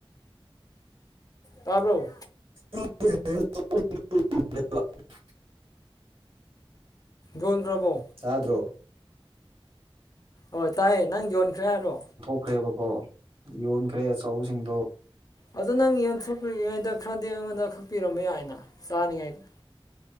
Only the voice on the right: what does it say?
<inaudible>
ꯇꯥꯗꯔꯣ
ꯌꯣꯟꯈ꯭ꯔꯦꯕꯀꯣ ꯌꯣꯟꯈ꯭ꯔꯦ ꯑꯆꯧꯕꯁꯤꯡꯗꯣ